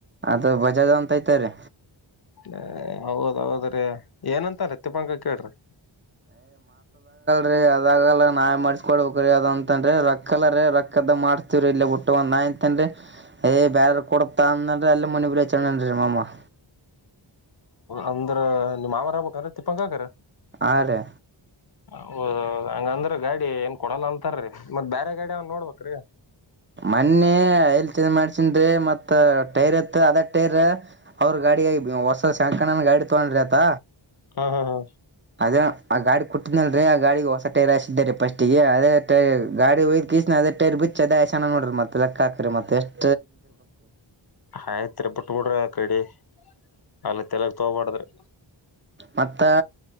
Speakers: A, on the right (about 25°); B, on the left (about 50°).
A: ಅದು ಬಜಾದ ಅಂತ ಐ್ತರಿ.
B: ಹ ಹೌದೌದ್ರೀ. ಏನಂತಾರೆ ತಿಪ್ಪಂಗ ಕೇಳ್ರಿ.
A: ರಿ ಅದಾಗಲ್ಲ ನಾಯ್ ಮಾಡಸ್ಕೊಡ್ಬೇಕ್ರೀ ಅದು ಅಂತ ಅ್ರ ರೊಕ್ಕಲ್ಲ ರೀ ರಕ್ಕದ ಮಾಡ್ ಇಲ್ಲ ಬಿುಟ್ಟ ಒಂದ್ ಆಯಂತನ್ರಿ ಬ್ಯಾರರ್ ಕೊಡ <unintelligible>
B: ಅಂದ್ರ ನಿಮ್ಮ್ ಮಾವರ ಹ್ಯಾಗ್ಬೀಕ್ನರಿ ತಿಪ್ಪಾಂನ್ನಾ ಕಾಕರ.
A: ಹಾರಿ.
B: ಹೌದ್ದ ಹಂಗಂದ್ರ ಗಾಡಿ ಏನ್ ಕೊಡಲ್ಲ ಅಂತಾರೀ ಮತ್ತ್ ಬೇರೆ ಗಾಡಿ ಅವನ್ ನೋಡ್ಬ್ರಿ
A: ಮೊನ್ನಿ ಐಲ್ ಚಂದ್ ಮಾಡ್ಸನ್ರಿ ಮತ್ ಟೈರ್ ಇತ್ ಅದೇ ಟೈರ್ ಅವ್ರ ಗಾಡ ಹೊಸ ಶಂಕಣನ ಗಾಡಿ ತಗೊಂಡ್ರಿ ಆತ.
B: ಹಾ ಹಾ ಹಾ.
A: ಅದ ಆ ಗಾಡಿ ಕುಟ್ಟಿದ್ನಲ್ರಿ ಆ ಗಾಡಿಗೆ ಹೊಸ ಟೈರ್ ಹಾ ಕಸಿದ ರೀ ಫಸ್ಟ್ಗೆ ಅದೇ ಗಾಡಿ ಹಯದ್ ನ ಅದಟೇರ್ ಬಿಚ್ ಅದ ಚನ ನೋಡ್ರಿತ್ತಲ್ಲ ಲೇಕ್ ಹಾಕರಿ. ಮತ್ತೆಷ್ಟು
B: ಆಯ್ತ್ರಿ ಬಿುಟ್ಬಿಡ್ರಿ ಅಕಡಿ. ಅಲ್ಲಿ ತೆಲೆಗ ತೊಗಬಾಡದರಿ.
A: <inaudible> ಮತ್ತ